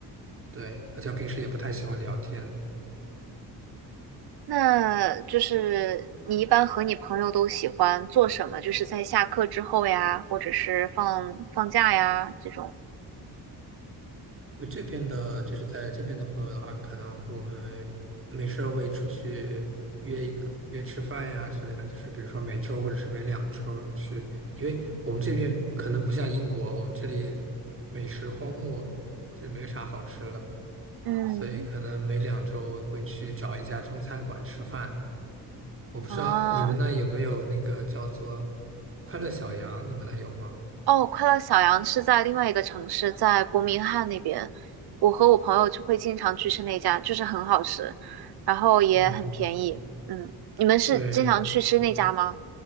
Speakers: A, on the right; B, on the right.
A: 对，而且我平时也不太喜欢聊天。
B: 那就是你一般和你朋友都喜欢做什么？就是在下课之后呀，或者是放放假呀这种。
A: 呃，这边的就是在这边的朋友的话，可能我们没事儿会出去约一个约吃饭呀之类的，就是比如说每周或者是每两周，因为我们这边可能不像英国，我们这里美食荒漠，就是没有啥好吃的。
B: 嗯，
A: 所以可能每两周会去找一家中餐馆吃饭。我不知道你们那有没有那个叫做
B: 啊，
A: 快乐小羊，你们那有吗？
B: 哦，快乐小羊是在另外一个城市，在伯明翰那边。我和我朋友就会经常去吃那家，就是很好吃，然后也很便宜。
A: 嗯，
B: 嗯，你们是经常去吃那家吗？
A: 对